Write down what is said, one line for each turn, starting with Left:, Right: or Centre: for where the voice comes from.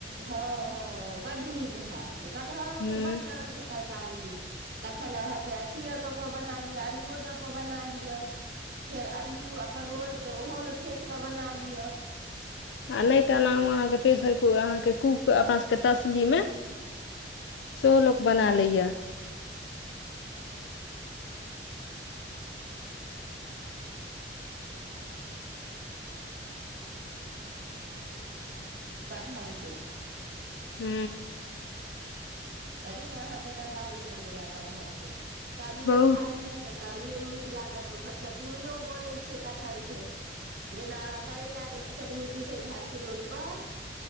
Right: हँ हँ बड नीक हैत कटहरोके
Left: हूँ
Right: बड्ड रङ्गके तरकारी तखन अहाँके अथिए कऽ कऽ बना लिअ आलूओ दऽ कऽ बना लिअ फेर अल्लू आ परोड़के ओहोमे फेँट कऽ बना लिअ
Left: आ नहि तऽ एनाहु अहाँके प्रेशर क अहाँके कूक अपना सबके तसली मे सेहो लोक बना लेया
Right: कटहरके
Left: हू
Right: तै के अहाँके तरकारी बनैया कटहर के तरुए
Left: बहुत
Right: खा लिय तऽ तरुए नीक लागत ओकर चटनो बनैत छै कटहरके जेना अहाँ करैलाके चटनी पीसैत हैब सिलौटपर